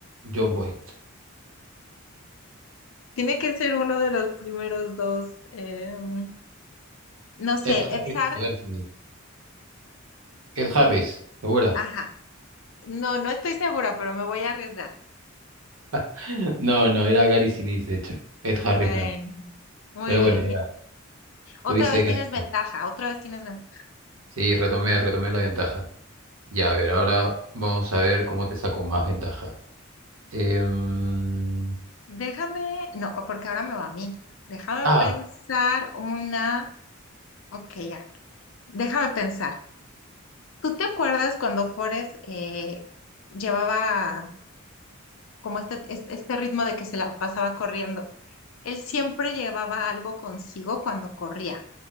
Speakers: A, on the right (about 80°); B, on the left (about 70°).
A: John Boyd.
B: Tiene que ser uno de los primeros dos. em, no sé,
A: Ed Harris
B: Ed Harris.
A: o Gary Sinise. Ed Harris, ¿segura?
B: Ajá. No, no estoy segura, pero me voy a arriesgar.
A: <laughs> No, no, era Gary Sinise, de hecho. Ed Harris
B: Bueno,
A: no.
B: muy
A: Pero
B: bien.
A: bueno, ya.
B: Otra
A: Tuviste
B: vez
A: que
B: tienes
A: hacer.
B: ventaja, otra vez tienes ventaja.
A: Sí, retomé, retomé la ventaja. Ya, a ver, ahora vamos a ver cómo te saco más ventaja. Em,
B: Déjame, no, porque ahora me va a mí. Déjame
A: ah,
B: pensar una. Ok, ya. Déjame pensar. ¿Tú te acuerdas cuando Forrest eh, llevaba como este, este, este ritmo de que se la pasaba corriendo? Él siempre llevaba algo consigo cuando corría.